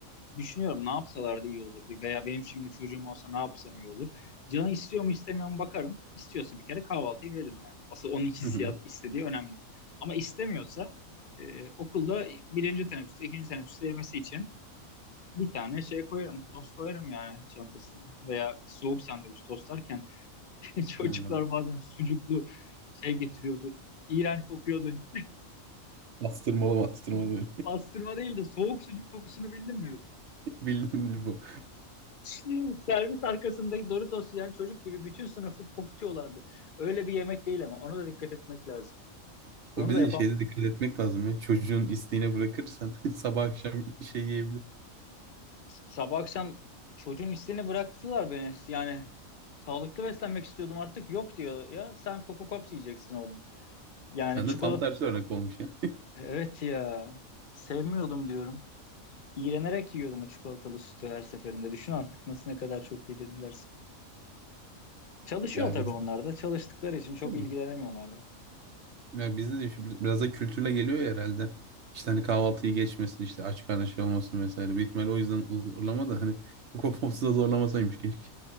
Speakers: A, on the left; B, on the right.
A: düşünüyorum ne yapsalardı iyi olurdu veya benim şimdi çocuğum olsa ne yapsam iyi olur. Canı istiyor mu istemiyor mu bakarım. İstiyorsa bir kere kahvaltıyı veririm. Hani asıl onun hissiyat
B: Hı hı,
A: istediği önemli. Ama istemiyorsa e, okulda birinci teneffüste, ikinci teneffüste yemesi için bir tane şey koyarım, tost koyarım yani çantasına. Veya soğuk sandviç tostlar <laughs> Çocuklar
B: Anladım.
A: bazen sucuklu şey getiriyordu. İğrenç kokuyordu. <laughs>
B: Bastırmalı bastırmalı böyle.
A: Pastırma değil de soğuk sucuk kokusunu bildin mi?
B: <laughs> Bildim mi bu?
A: <laughs> Servis arkasındaki Doritos yiyen çocuk gibi bütün sınıfı kokutuyorlardı. Öyle bir yemek değil ama ona da dikkat etmek lazım. Onu
B: Bu Bir
A: da
B: de
A: yapan
B: şeyde dikkat etmek lazım ya. Çocuğun isteğine bırakırsan <laughs> sabah akşam şey yiyebilir.
A: sabah akşam çocuğun isteğini bıraktılar beni. Yani sağlıklı beslenmek istiyordum artık yok diyor ya sen Coco Pops yiyeceksin oğlum. Yani
B: Sen
A: çikolata
B: de tam tersi örnek olmuş ya.
A: evet ya sevmiyordum diyorum. iğrenerek yiyordum o çikolatalı sütü her seferinde. Düşün artık nasıl ne kadar çok yedirdilerse. Çalışıyor
B: <laughs> Ya
A: tabii
B: biz
A: onlar da. Çalıştıkları için çok
B: tabii.
A: ilgilenemiyorlardı.
B: Ya bizde de işte bir- biraz da kültürle geliyor ya herhalde. İşte hani kahvaltıyı geçmesin işte aç karnı şey olmasın vesaire. Büyük ihtimalle o yüzden zorlama da hani kokopopsu da zorlamasaymış keşke.